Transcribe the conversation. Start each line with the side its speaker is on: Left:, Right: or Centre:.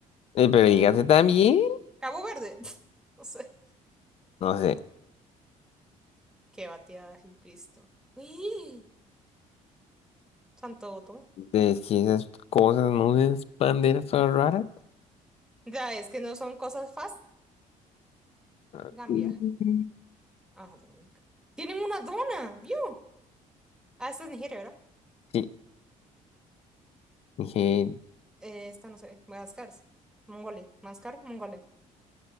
Left: Eh, pero
Centre: Eh,
Left: dígase también.
Centre: Cabo Verde. <laughs> No sé.
Left: No sé.
Centre: Qué batida, Jesucristo. y Santo Tomé.
Left: Es que esas cosas, no sé, esas banderas son raras.
Centre: Ya, es que no son cosas fáciles.
Left: Ah,
Centre: Gambia.
Left: Mm.
Centre: Ah, Dominica. Tienen una dona, ¿vio? Ah, esta es Nigeria, ¿verdad?
Left: Sí, dije
Centre: Eh, esta no sé. Madagascar. Mongolia. Madagascar, Mongolia.